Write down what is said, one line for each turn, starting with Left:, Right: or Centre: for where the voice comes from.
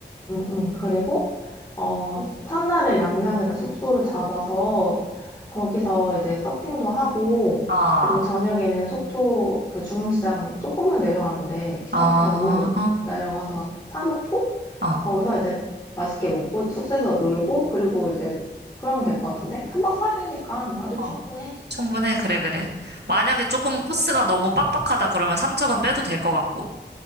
Left: 음, 음. 그리고 어 첫날에 양양에다 숙소를 잡아서 거기서 이제 서핑도 하고
Right: 어,
Left: 그리고 저녁에는 속초 그 중앙시장 조금만 내려가면 돼. 기차
Right: 어,
Left: 타고 내려가서 사 먹고
Right: 어,
Left: 거기서 이제 맛있게 먹고 숙소에서 놀고 그리고 이제 그러면 될 것 같은데? 3박 4일이니까 아주
Right: 어.
Left: 충분해.
Right: 충분해. 그래, 그래. 만약에 조금 코스가 너무 빡빡하다 그러면 삼척은 빼도 될 것 같고.